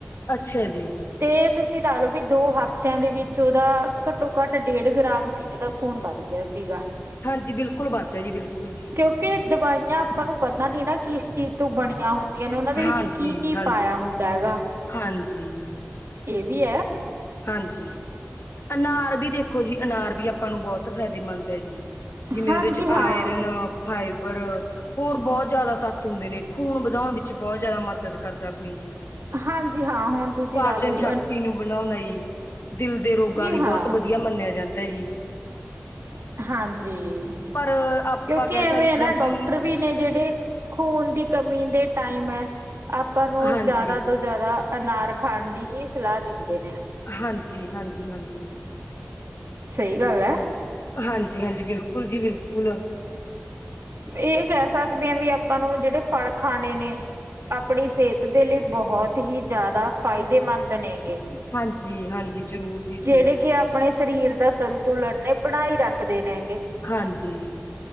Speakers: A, on the left; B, on the right.
A: ਅੱਛਾ ਜੀ।
B: ਤੇ ਤੁਸੀਂ ਲਾ ਲੋ ਵੀ ਦੋ ਹਫ਼ਤਿਆਂ ਦੇ ਵਿੱਚ ਓਦਾ ਕਟੋ-ਕਟ ਡੇਢ ਗ੍ਰਾਮ ਸੀ ਏਦਾ ਖੂਨ ਵੱਧ ਗਿਆ ਸੀਗਾ।
A: ਹਾਂਜੀ ਬਿਲਕੁਲ ਵੱਧਦਾ ਜੀ ਬਿਲਕੁਲ ਜੀ।
B: ਕਿਉਂਕਿ ਦਵਾਈਆਂ ਆਪਾਂ ਨੂੰ ਪਤਾ ਨੀ ਨਾ ਕਿਸ ਚੀਜ਼ ਤੋਂ ਬਣੀਆਂ ਹੁੰ ਨੇ ਓਨਾਂ ਦੇ
A: ਹਾਂਜੀ
B: ਵਿੱਚ ਕੀ-ਕੀ
A: ਹਾਂਜੀ
B: ਪਾਯਾ ਹੁੰਦਾ ਹੈਗਾ?
A: ਹਾਂਜੀ।
B: ਏ ਵੀ ਐ।
A: ਹਾਂਜੀ ਅਨਾਰ ਵੀ ਦੇਖੋ ਜੀ ਅਨਾਰ ਵੀ ਆਪਾਂ ਨੂੰ ਬੋਹਤ ਫਾਇਦੇਮੰਦ ਐ ਜੀ। ਜਿਵੇਂ
B: ਹਾਂਜੀ
A: ਓਦੇ ਚ
B: ਹਾਂ।
A: ਆਇਰਨ, ਫਾਈਬਰ ਹੋਰ ਬੋਹਤ ਜ਼ਿਆਦਾ ਤੱਤ ਹੁੰਦੇ ਨੇ ਖ਼ੂਨ ਵਧਾਉਣ ਵਿੱਚ ਬੋਹਤ ਜ਼ਿਆਦਾ ਮਦਦ ਕਰਦਾ ਅਪਣੀ ਜੀ।
B: ਹਾਂਜੀ ਹਾਂ ਹੁਣ ਤੁਸੀਂ
A: ਪਾਚਨ
B: ਲਾ ਲੋ ਵੀ
A: ਸ਼ਕਤੀ
B: ਐਨ
A: ਨੂੰ ਬਣਾਉਂਦਾ ਜੀ ਦਿਲ ਦੇ ਰੋਗਾਂ ਲਈ
B: ਹਾਂ
A: ਬੋਹਤ ਵਧੀਆ ਮੰਨਯਾ ਜਾਂਦਾ ਜੀ।
B: ਹਾਂਜੀ,
A: ਪਰ ਆਪਾਂ
B: ਕਿਉਂਕਿ
A: ਕਹਿ ਸਕਦੇ
B: ਐਵੇਂ ਏ ਨਾ
A: ਹਾਂ ਕਿ
B: ਡਾੱਕਟਰ ਵੀ ਨੇ ਜੇੜੇ ਖੂਨ ਦੀ ਕਮੀ ਦੇ ਟਾਈਮ ਐ ਆਪਾਂ ਨੂੰ
A: ਹਾਂਜੀ
B: ਜਾਦਾ ਤੋਂ ਜਾਦਾ ਅਨਾਰ ਖਾਨ ਦੀ ਹੀ ਸਲਾਹ ਦਿੰਦੇ ਨੇ।
A: ਹਾਂਜੀ, ਹਾਂਜੀ, ਹਾਂਜੀ।
B: ਸਹੀ ਗੱਲ ਐ।
A: ਹਾਂਜੀ- ਹਾਂਜੀ, ਬਿਲਕੁਲ ਜੀ ਬਿਲਕੁਲ।
B: ਏਅ ਕੈ ਸਕਦੇ ਆ ਵੀ, ਆਪਾਂ ਨੂੰ ਜੇੜੇ ਫਲ ਖਾਨੇ ਨ ਆਪਣੀ ਸਿਹਤ ਦੇ ਲਈ ਬੋਹਤ ਹੀ ਜਾਦਾ ਫਾਇਦੇਮੰਦ ਨੇਗੇ।
A: ਹਾਂਜੀ ਹਾਂਜੀ ਜ਼ਰੂਰ ਜੀ
B: ਜੇੜੇ
A: ਜ਼ਰੂਰ
B: ਕੇ ਆਪਣੇ ਸਰੀਰ ਦਾ ਸੰਤ ਤੁੁਲਨ ਨੇ ਬਣਾਈ ਰੱਖਦੇ ਨੇਗੇ।
A: ਹਾਂਜੀ,